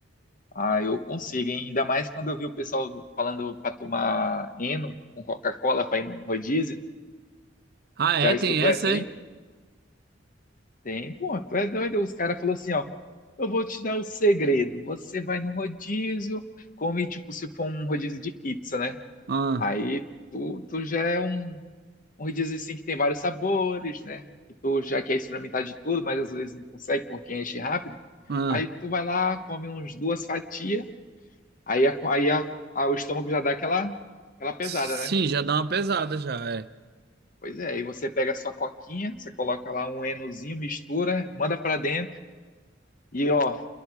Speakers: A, on the left; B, on the right.
A: ah, eu consigo, hein? Ainda mais quando eu vi o pessoal falando pra tomar Eno com Coca-Cola pra ir num rodízio.
B: Ah, é,
A: Já
B: tem
A: escutou
B: essa,
A: essa
B: é?
A: aí? Tem, pô, tu é doido? Os caras falaram assim, ó, eu vou te dar o segredo. Você vai no rodízio, come tipo se for um rodízio de pizza, né?
B: Ah,
A: Aí tu, tu já é um, um rodízio assim que tem vários sabores, né? Que tu já quer experimentar de tudo, mas às vezes não consegue porque enche rápido.
B: ah.
A: Aí tu vai lá, come uns duas fatias, aí, a, aí a- a- o estômago já dá aquela, aquela pesada,
B: Sim,
A: né?
B: já dá uma pesada já, é.
A: Pois é, aí você pega a sua coquinha, você coloca lá um enozinho, mistura, manda pra dentro. E ó,